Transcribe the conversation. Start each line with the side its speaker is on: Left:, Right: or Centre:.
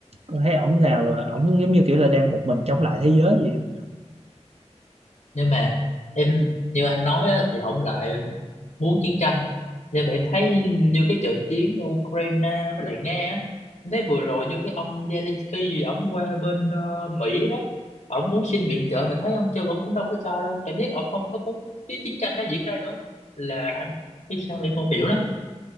Right: Tôi thấy ổng nào là ổng giống như kiểu là đang một mình chống lại thế giới gì á.
Left: nhưng mà em như anh nói á, thì ông lại muốn chiến tranh nhưng mà em thấy như cái trận chiến ở Ukraine với lại Nga á, em thấy vừa rồi như cái ông Zelensky gì ông qua bên ờ, Mỹ đó ông muốn xin viện trợ mình thấy ông chưa ông cũng đâu có cho đâu cảm giác ông không có muốn cái chiến tranh nó diễn ra nữa là anh biết sao em không hiểu lắm